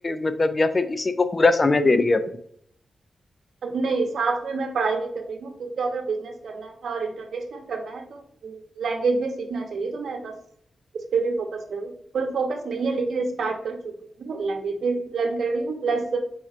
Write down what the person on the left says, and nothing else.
मतलब या फिर इसी को पूरा समय दे रही है